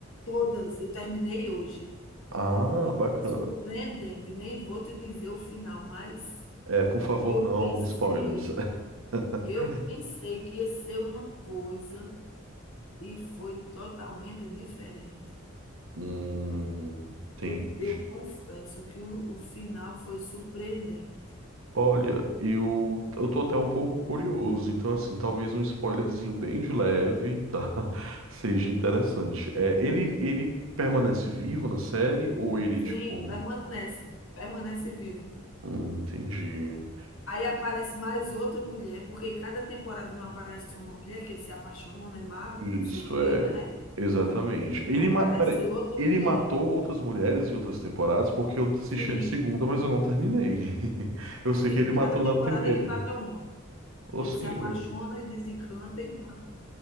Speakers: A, on the left (about 75°); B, on the right (about 75°).
A: Todas, eu terminei hoje.
B: Ah, bacana.
A: Surpreendente, nem vou te dizer o final, mas
B: É, por favor,
A: eu
B: não,
A: pensei
B: spoilers. <laughs>
A: eu pensei que ia ser uma coisa e foi totalmente diferente.
B: Hum, entendi.
A: Eu eu confesso que o o final foi surpreendente.
B: Olha, eu, eu tô até um pouco curioso, então assim, talvez um spoilerzinho bem de leve, tá? <laughs> Seja interessante. É, ele, ele permanece vivo na série ou ele, tipo...
A: Sim, permanece, permanece vivo.
B: Hum, entendi.
A: Aí aparece mais outra mulher, porque em cada temporada não aparece uma mulher que ele se apaixona e mata,
B: Isso,
A: não sei o quê,
B: é,
A: né.
B: exatamente. Ele,
A: Aparece
B: ma- peraí,
A: outra
B: ele
A: mulher.
B: matou outras mulheres em outras temporadas porque eu assisti
A: Sim,
B: a segunda, mas eu não terminei. <laughs> Eu
A: sim,
B: sei que ele matou
A: cada temporada
B: na primeira.
A: ele mata uma.
B: Ô,
A: Ele
B: senhor.
A: se apaixona e desencanta e mata.